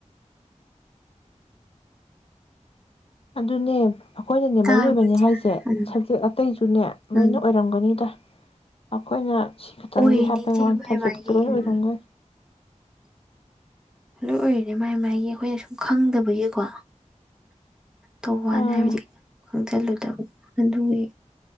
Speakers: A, on the left; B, in the centre.
A: ꯑꯗꯨꯅꯦ ꯑꯩꯈꯣꯏꯅꯅꯦ
B: ꯇꯥꯕ꯭ꯔ
A: ꯃꯔꯨ ꯑꯣꯏꯕꯅꯦ
B: ꯏꯆꯦ
A: ꯍꯥꯏꯁꯦ
B: ꯎꯝ
A: ꯁꯕꯖꯦꯛ ꯑꯇꯩꯁꯨꯅꯦ ꯂꯣꯏꯅ
B: ꯎꯝ
A: ꯑꯣꯏꯔꯝꯒꯅꯤꯗ ꯑꯩꯈꯣꯏꯅ ꯁꯤ ꯈꯠꯇꯪꯒꯤ
B: ꯑꯣꯏꯔꯤꯅꯤ
A: ꯍꯥꯏꯕꯩ
B: ꯏꯆꯦ
A: ꯋꯥ
B: ꯃꯥꯏ
A: ꯊꯥꯖꯗꯦ
B: ꯃꯥꯒꯤ
A: ꯂꯣꯏ
B: ꯎꯝ
A: ꯑꯣꯏꯔꯝꯒꯅꯤ
B: ꯑꯗꯨꯣꯏ ꯑꯣꯏꯔꯗꯤ ꯃꯥꯏ ꯃꯥꯏꯒꯤ ꯑꯩꯈꯣꯏꯅ ꯁꯨꯝ ꯈꯪꯗꯕꯒꯤꯀꯣ ꯇꯣꯋꯥꯅꯦ
A: ꯑꯥ
B: ꯍꯥꯏꯗꯤ ꯈꯪꯆꯜꯂꯨꯗꯕ ꯑꯗꯨꯒꯤ